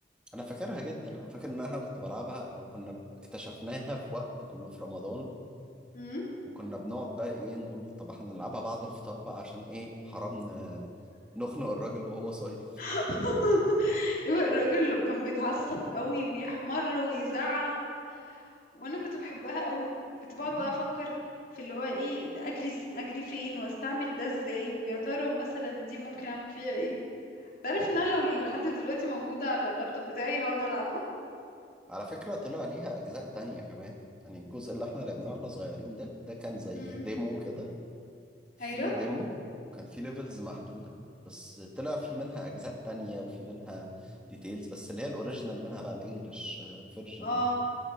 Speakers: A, in the centre; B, on the left.
A: أنا فاكرها جدا أنا فاكر إن أنا كنت بلعبها أو كنا اكتشفناها في وقت كنا في رمضان
B: مم.
A: وكنا بنقعد بقى إيه نقول طب إحنا نلعبها بعد الفطار بقى عشان إيه حرام ن- نخنق الراجل وهو صايم
B: <laughs> الراجل اللي كان بيتعصب قوي ويحمر ويزعق وانا كنت بحبها قوي كنت بقعد
A: مم.
B: بقى افكر في اللي هو ايه ده اجري اجري فين واستعمل ده ازاي ويا ترى مثلا دي ممكن اعمل فيها ايه تعرف ان انا لو لحد دلوقتي موجودة على اللابتوب بتاعي هقعد العبها
A: على فكرة طلع ليها أجزاء تانية كمان يعني الجزء اللي إحنا لعبناه وإحنا صغيرين ده ده كان زي
B: امم
A: ديمو كده فري
B: ايوه
A: ديمو وكان في ليفلز محدودة بس طلع في منها أجزاء تانية وفي منها ديتيلز بس اللي هي الأوريجينال منها بقى الإنجليش فيرجن
B: اه
A: منها